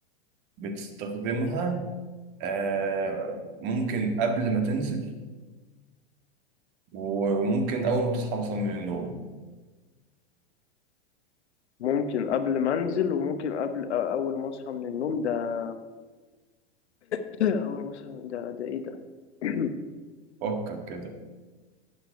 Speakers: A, on the right; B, on the left.
A: بتستخدمها آه، ممكن قبل ما تنزل وممكن اول ما تصحى مثلا من النوم
B: ممكن قبل ما انزل وممكن قبل آه، اول ما اصحى من النوم ده <clears throat> اول ما اصحى ده ده ايه ده <clears throat>
A: فكر كده